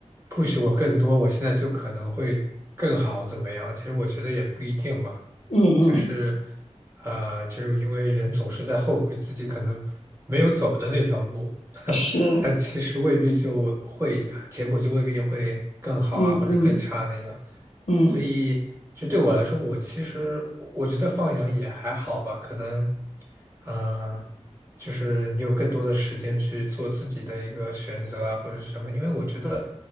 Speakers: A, on the right; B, on the left.
A: push 我更多，我现在就可能会更好怎么样？其实我觉得也不一定嘛。
B: 嗯嗯，
A: 就是，呃，就是因为人总是在后悔自己可能没有走的那条路，
B: 是，
A: 但其实未必就会，结果就未必会更好啊，
B: 嗯嗯
A: 或者更差那样。
B: 嗯，
A: 所以就对我来说，我其实我觉得放养也还好吧，可能，呃，就是你有更多的时间去做自己的一个选择啊，或者是什么，因为我觉得